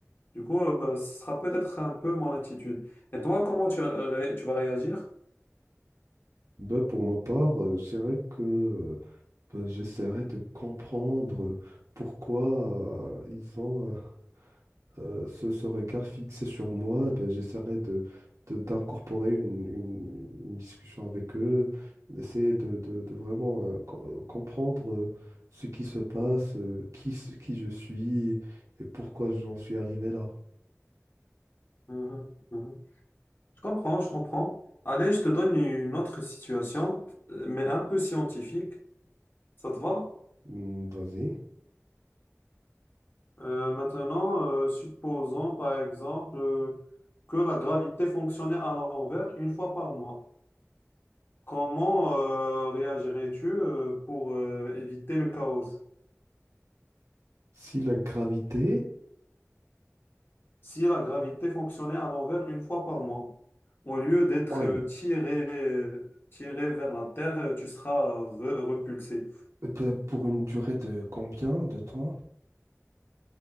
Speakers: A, on the left (about 50°); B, on the right (about 80°).
A: Du coup, euh, ce sera peut-être un peu mon attitude. Et toi, comment tu, euh, ré- tu vas réagir?
B: Ben, pour ma part, euh, je dirais que euh, ben, j'essaierai de comprendre pourquoi euh, ils ont euh, euh, ce, ce regard fixé sur moi, ben, j'essaierai de, de- d'incorporer une, une- une discussion avec eux, d'essayer de, de- de vraiment euh, co- comprendre euh, ce qui se passe, euh, qui, s- qui je suis et pourquoi j'en suis arrivé là.
A: Mhm, mhm. Je comprends, je comprends. Allez, je te donne une autre situation, euh, mais un peu scientifique. Ça te va?
B: Hmm, Vas-y.
A: Euh, maintenant, euh, supposons par exemple euh, que la gravité fonctionnait à l'envers une fois par mois. Comment euh, réagirais-tu euh, pour euh, éviter le chaos
B: Si la gravité,
A: si la gravité fonctionnait à l'envers une fois par mois? Au lieu d'être
B: oui,
A: euh, tiré, euh, tiré vers la Terre, euh, tu seras euh, re- repulsé.
B: eh ben, pour une durée de combien de temps?